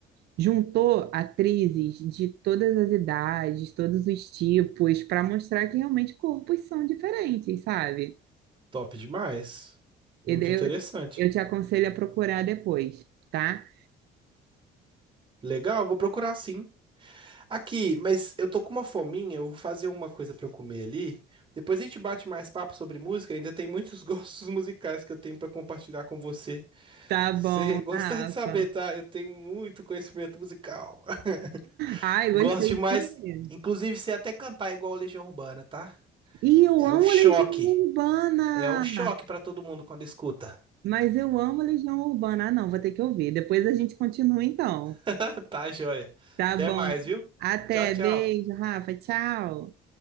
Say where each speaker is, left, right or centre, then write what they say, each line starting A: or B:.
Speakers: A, on the right; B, on the right.
A: juntou atrizes de todas as idades, todos os tipos, para mostrar que realmente corpos são diferentes, sabe?
B: Top demais. Muito
A: E daí
B: interessante.
A: eu, eu te aconselho a procurar depois, tá?
B: Legal, vou procurar sim. Aqui, mas eu tô com uma fominha, eu vou fazer uma coisa pra eu comer ali. Depois a gente bate mais papo sobre música, ainda tem muitos <laughs> gostos musicais que eu tenho pra compartilhar com você.
A: Tá
B: Se
A: bom,
B: você gostar
A: Rafa.
B: de saber, tá? Eu tenho muito conhecimento musical. <laughs>
A: Ai, gostei
B: Gosto demais,
A: também.
B: inclusive sei até cantar igual Legião Urbana, tá?
A: E eu
B: É
A: amo
B: um choque.
A: Legião Urbana,
B: É um choque pra todo mundo quando escuta.
A: mas eu amo Legião Urbana. Ah, não, vou ter que ouvir. Depois a gente continua então.
B: <laughs> Tá, joia.
A: Tá
B: Até
A: bom.
B: mais, viu?
A: Até,
B: Tchau, tchau.
A: beijo, Rafa, tchau.